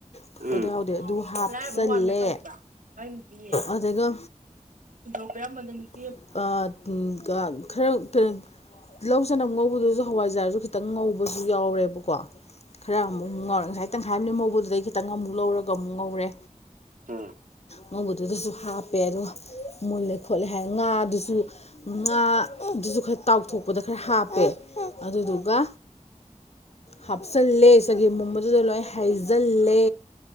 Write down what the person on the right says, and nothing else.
ꯎꯝ
ꯂꯥꯏꯔꯕ ꯋꯥꯜ ꯇꯧꯔꯤꯕ <unintelligible>
ꯎꯝ